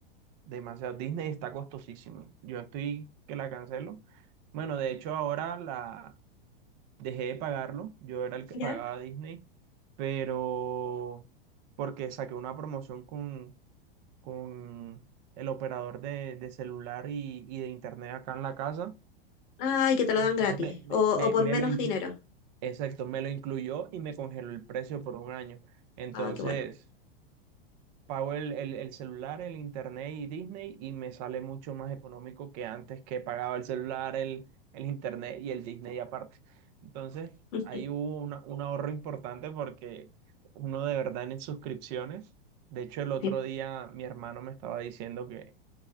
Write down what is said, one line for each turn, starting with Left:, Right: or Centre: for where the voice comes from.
Right: demasiado. Disney está costosísimo. Yo estoy que la cancelo. Bueno, de hecho, ahora la dejé de pagarlo. Yo era el que
Left: ¿Ya?
Right: pagaba Disney, pero porque saqué una promoción con, con el operador de, de celular y, y de internet acá en la casa.
Left: Ay, que te lo dan
Right: Entonces
Left: gratis
Right: me, me,
Left: o,
Right: me,
Left: o por
Right: me
Left: menos
Right: lo inclu-
Left: dinero.
Right: Exacto, me lo incluyó y me congeló el precio por un año. Entonces,
Left: Ah, qué bueno.
Right: pago el, el, el celular, el internet y Disney y me sale mucho más económico que antes que pagaba el celular, el, el internet y el Disney aparte. Entonces,
Left: <laughs>
Right: ahí hubo una- un ahorro importante porque uno de verdad en suscripciones. De hecho, el otro
Left: Sí.
Right: día mi hermano me estaba diciendo que